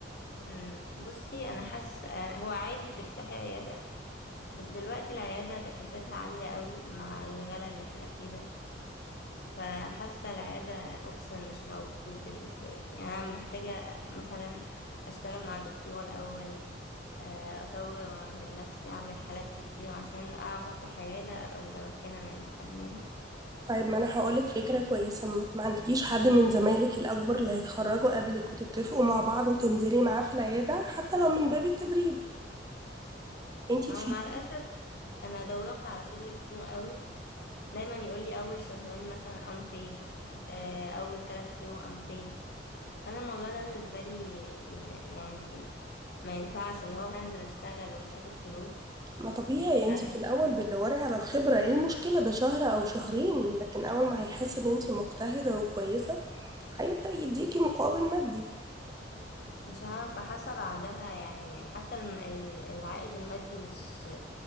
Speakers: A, on the left; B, on the right.
A: أمم، بصي انا حاسه أنا- هو عادي تفتحي عياده بس دلوقتي العياده تكلفتها عاليه قوي مع الغلا اللي احنا فيه ده فحاسة العيادة اوبشن مش موجود بالنسبة لي يعني أنا محتاجة مثلا أشتغل مع الدكتور الأول آه، أطور من نفسي أعمل حالات كتير عشان أعرف أفتح عيادة أبقى متمكنة منها فاهماني
B: طيب ما انا هقولك فكرة كويسة ما ما عندكيش حد من زمايلك الأكبر اللي هيتخرجوا قبلك وتتفقوا مع بعض وتنزلي معاه في العيادة حتى لو من باب التدريب انت
A: ما
B: تفيدي
A: هو مع الأسف أنا دورت على شغل كتير قوي دايما يقولي أول شهرين مثلا unpaid آه، أول ثلاث شهور unpaid فأنا الموضوع ده بالنسبة لي م- يعني ما ينفعش اللي هو هنزل أشتغل ومش هاخد فلوس
B: ما طبيعي انت
A: لا
B: في الأول بتدوري على الخبرة ايه المشكلة ده شهر أو شهرين لكن أول ما هيحس ان انت مجتهدة وكويسة هيبدأ يديكي مقابل مادي
A: مش عارفة حاسة بعدها يعني حتى الم- ال- العائد المادي مش